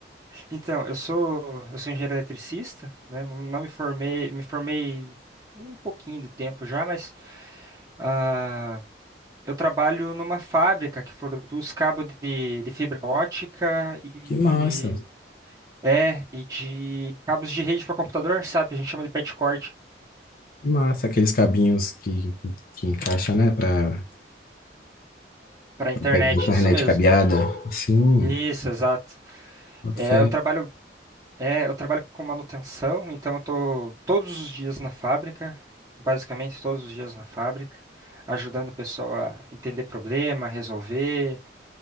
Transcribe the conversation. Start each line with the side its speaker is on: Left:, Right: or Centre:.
Right: Então, eu sou, eu sou engenheiro eletricista, né? Não, não me formei, me formei um pouquinho de tempo já, mas ah, eu trabalho numa fábrica que produz cabo de, de fibra ótica e
Left: Que massa,
Right: é e de cabos de rede para computador, sabe? A gente chama de patchcord.
Left: que massa, aqueles cabinhos que, que encaixa, né, para
Right: Para internet,
Left: pegar internet
Right: isso mesmo.
Left: cabeada, assim,
Right: Isso, exato.
Left: boto
Right: É,
Left: fé.
Right: eu trabalho, é, eu trabalho com manutenção, então eu tô todos os dias na fábrica, basicamente todos os dias na fábrica, ajudando o pessoal a entender problema, resolver,